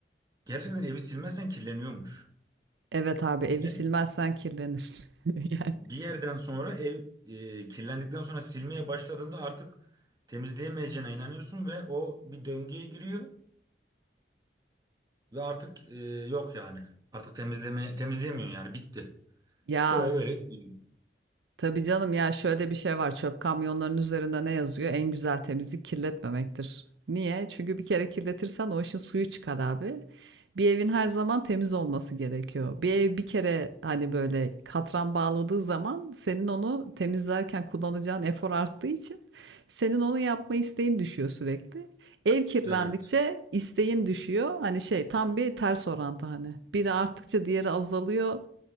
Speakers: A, on the right; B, on the right.
A: Gerçekten evi silmezsen kirleniyormuş.
B: Evet abi, evi
A: Ve
B: silmezsen kirlenir. <laughs> Yani.
A: bir yerden sonra ev e, kirlendikten sonra silmeye başladığında artık temizleyemeyeceğine inanıyorsun ve o bir döngüye giriyor ve artık e, yok yani. Artık temizleme temizleyemiyorsun yani bitti.
B: Ya
A: O ev öyle gidiyor.
B: Tabii canım ya şöyle bir şey var. Çöp kamyonlarının üzerinde ne yazıyor? En güzel temizlik kirletmemektir. Niye? Çünkü bir kere kirletirsen o işin suyu çıkar abi. Bir evin her zaman temiz olması gerekiyor. Bir ev bir kere hani böyle katran bağladığı zaman senin onu temizlerken kullanacağın efor arttığı için senin onu yapma isteğin düşüyor sürekli. Ev kirlendikçe
A: Evet.
B: isteğin düşüyor. Hani şey tam bir ters orantı hani. Biri arttıkça diğeri azalıyor.